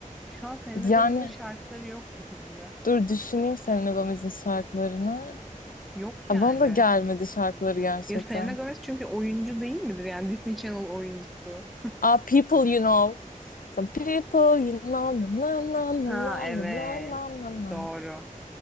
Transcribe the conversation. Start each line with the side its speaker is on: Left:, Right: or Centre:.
Centre: Şu an Selena
Left: Yani
Centre: Gomez'in şarkıları yok zihnimde.
Left: dur düşüneyim Selena Gomez'in şarkılarını.
Centre: Yok
Left: Aa,
Centre: yani.
Left: bana da gelmedi şarkıları gerçekten.
Centre: Ya Selena Gomez çünkü oyuncu değil midir? Yani Disney Channel oyuncusu.
Left: Aa People You Know. Some people you know na na na na
Centre: Ha
Left: na
Centre: evet.
Left: na na na na.
Centre: Doğru.